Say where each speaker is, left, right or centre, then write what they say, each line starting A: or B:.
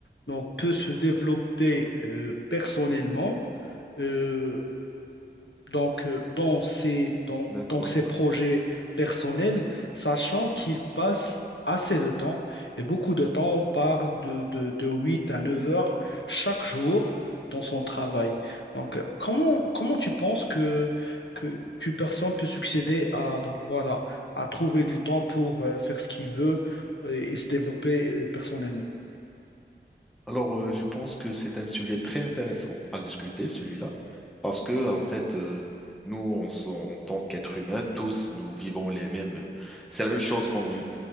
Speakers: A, on the left (about 85°); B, in the centre.
A: donc, peut se développer euh, personnellement euh, donc, euh, dans ces, dans,
B: d'accord.
A: donc ces projets personnels, sachant qu'ils passent assez de temps, et beaucoup de temps, on parle de, de, de 8 à 9 heures chaque jour dans son travail. Donc, euh, comment, comment tu penses que, que, qu'une personne peut succéder à, donc voilà, à trouver du temps pour euh, faire ce qu'il veut et, et se développer euh, personnellement?
B: Alors, euh, je pense que c'est un sujet très intéressant à discuter, celui-là, parce que, en fait, euh, nous, on s- en tant qu'êtres humains, tous, nous vivons les mêmes. C'est la même chose qu'on vit